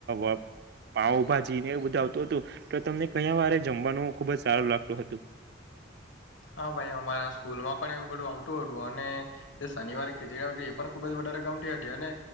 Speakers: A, on the right; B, on the left.
A: <inaudible> પાઉભાજી જીને એવું બધ આવતું હતું તો તમને કયા વારે જમવાનું ખુબ જ સારું લાગતું હતું
B: હા ભાઈ અમારા સ્કૂલ માં પણ એવું પડું આવતું હતું અને તે શનિવારે ખીચડી આવ એ પણ ખુબ જ વધારે ગમટી હતી અને